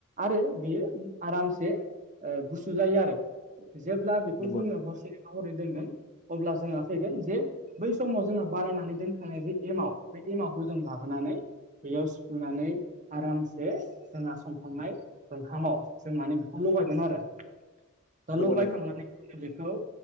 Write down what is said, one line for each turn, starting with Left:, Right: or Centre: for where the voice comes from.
Right: आरो बियो आरामसे गुसु जायो आरो जेब्ला बेखौ
Left: नंगौ
Right: जोङो
Left: नंगौ
Right: हरसे हरै दोनङो अब्ला जोंहा फैगोन जे बै समाव जोङो बारायनानै दोनखानाय जे एमाव बे एमावखौ जों लाबोनानै बेयाव सिफ्लुनानै आरामसे जोंहा संखांनाय ओंखामाव जों माने बेखौ लगायगोन आरो।
Left: <inaudible>
Right: दा लगायखांनानै
Left: नंगौ
Right: जोंङो बेखौ